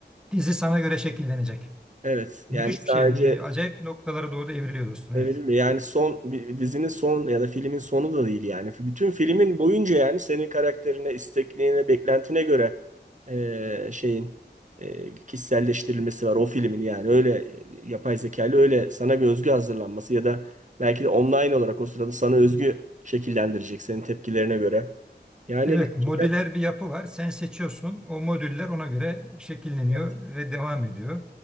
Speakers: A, in the centre; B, on the right.
A: dizi sana göre şekillenecek.
B: Evet. Yani
A: Müthiş
B: sadece
A: bir şey yani. İyi, Acayip noktalara doğru da evriliyor dostum.
B: Evet,
A: Evet.
B: yani son bir- dizinin son ya da filmin sonu da değil yani. Bütün filmin boyunca yani senin karakterine, istekliğine, beklentine göre e, şeyin e, kişiselleştirilmesi var o filmin yani. Öyle yapay zekalı öyle sana özgü hazırlanması ya da belki de online olarak o sırada sana özgü şekillendirecek senin tepkilerine göre. Yani
A: Evet,
B: gerçekten
A: modüler bir yapı var. Sen seçiyorsun. O modüller ona göre şekilleniyor
B: evet.
A: ve devam ediyor.